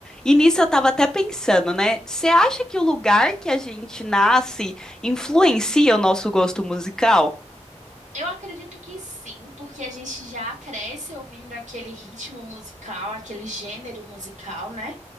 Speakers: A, in the centre; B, on the right.
A: E nisso eu tava até pensando, né? Você acha que o lugar que a gente nasce influencia o nosso gosto musical?
B: Eu acredito que sim, porque a gente já cresce ouvindo aquele ritmo musical, aquele gênero musical, né?